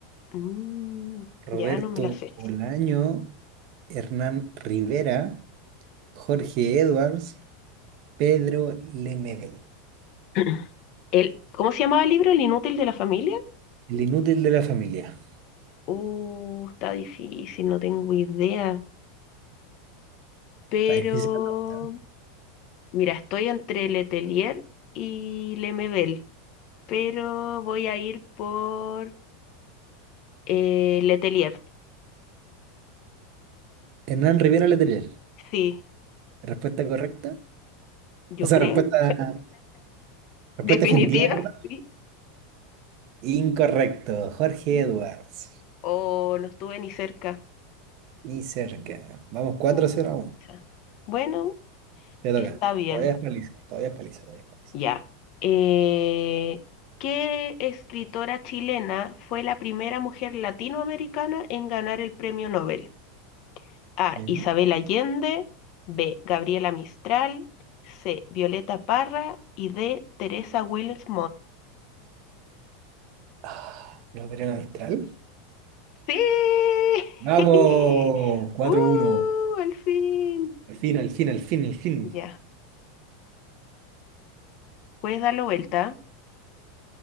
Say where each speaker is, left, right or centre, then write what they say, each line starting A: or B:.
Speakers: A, on the left; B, on the right.
A: Mm,
B: Roberto
A: ya no me las sé.
B: Olaño, Hernán Rivera, Jorge Edwards, Pedro Lemebel.
A: <clears throat> El, ¿cómo se llamaba el libro? ¿El inútil de la familia?
B: El inútil de la familia.
A: Uh, está difícil, no tengo idea. Pero,
B: Está difícil la pregunta. ¿eh?
A: mira, estoy entre Letelier y Lemebel. pero voy a ir por eh, Letelier.
B: Hernán Rivera Letelier.
A: Sí,
B: ¿Respuesta correcta?
A: yo
B: O sea,
A: creo.
B: respuesta Respuesta
A: <laughs> Definitiva,
B: definitiva, ¿verdad?
A: sí.
B: Incorrecto. Jorge
A: No.
B: Edwards.
A: O no estuve ni cerca.
B: Ni cerca. Vamos 4-0
A: Pucha.
B: uno.
A: Bueno,
B: Te toca.
A: está bien.
B: Todavía es paliza. Todavía es paliza. Todavía es paliza.
A: Ya. Eh, ¿qué escritora chilena fue la primera mujer latinoamericana en ganar el premio Nobel? A.
B: Ya.
A: Isabel Allende. B. Gabriela Mistral. C. Violeta Parra. Y D. Teresa Wills
B: Ah, Gabriela Mistral.
A: Sí.
B: Vamos.
A: <laughs>
B: cuatro
A: Uh,
B: uno.
A: al fin.
B: Al fin, al fin, al fin, al fin.
A: Ya, puedes darlo vuelta,